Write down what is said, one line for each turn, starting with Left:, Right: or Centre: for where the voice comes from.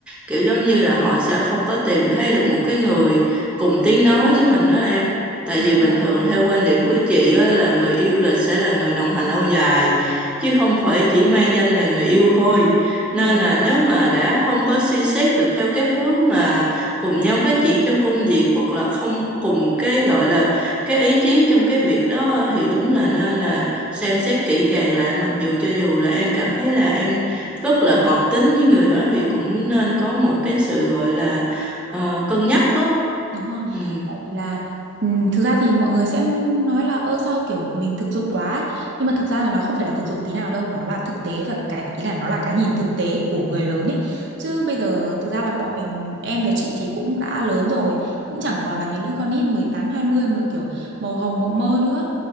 Centre: kiểu giống như là họ sẽ không có tìm thấy được một cái người cùng tiếng nói với mình đó em tại
Right: đúng
Centre: vì bình
Right: rồi
Centre: thường theo quan điểm của chị á, là người yêu là sẽ là người đồng hành lâu dài chứ không phải chỉ mang danh là người yêu thôi nên
Right: đúng
Centre: là nếu mà đã không có suy xét được theo cái hướng mà cùng nhau phát triển trong công việc hoặc là không cùng cái gọi là cái ý chí trong cái việc đó thì đúng
Right: rồi.
Centre: là nên là xem xét kỹ càng lại mặc dù cho dù là em cảm thấy là em rất là hợp tính với người đó thì cũng nên có một cái sự gọi là ờ, cân nhắc đó.
Right: Đúng rồi.
Centre: Ừ.
Right: Tại vì là ừm, thực ra thì mọi người sẽ nói là ơ sao kiểu mình thực dụng quá ấy. Nhưng mà thực ra là nó không phải là thực dụng tí nào đâu, nó là thực tế và cái ý là nó là cái nhìn thực tế của người lớn ấy. Chứ bây giờ thực ra là bọn mình em và chị thì cũng đã lớn rồi, cũng chẳng còn là những đứa con nít mười tám hai mươi mà kiểu màu hồng mộng mơ nữa.